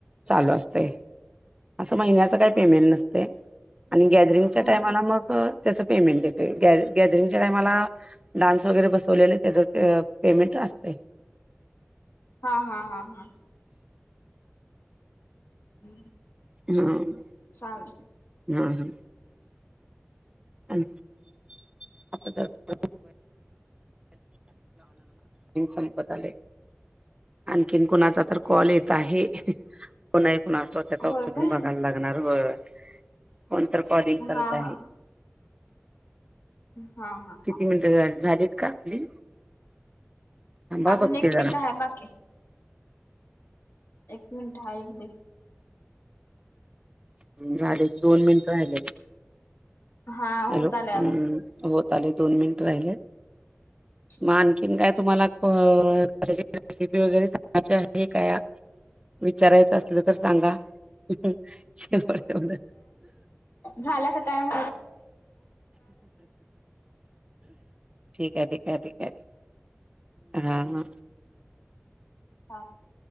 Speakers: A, on the right; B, on the left.
A: चालू असतंय. अस महिन्याच काही
B: हा
A: पेमेंट नसते आणि गॅदरिंगच्या
B: म्हणजे
A: टायमाला मग त्याच पेमेंट देतेत गॅदरिंगच्या टाइमाला डान्स वगैरे बसवलेले त्याचं ते पेमेंट असतेय.
B: हा हा हा हा हम्म
A: हम्म
B: छान
A: हम्म हम्म <inaudible> संपत आलय. आणखीन कुणाचा तर कॉल येत आहे कोणा एक कोणाचा तर ते आता
B: होय
A: उचलून
B: काय
A: बघायला लागणार होय, कोण कॉलिंग
B: हा
A: करतय.
B: हा हा हा हा हा
A: मिनिटं झा झालीत का आपली थांबा
B: अजून
A: बघते
B: एक
A: जरा
B: मिनिट आहे बाकी एक मिनिट हा एक दे
A: झाले दोन मिनिट राहिलेत.
B: हा,
A: हॅलो
B: होत आले आता
A: हम्म, हो त आलेत दोन मिनिट राहिले.
B: <unintelligible>
A: म आणखीन काय तुम्हाला क रेसिपी वगैरे सांगायची आहे काय विचारायचं असलं तर सांगा जेवढ तेवढ
B: झाल्या का टायम
A: ठीक आहे ठीक आहे ठीक आहे हा हा
B: हा,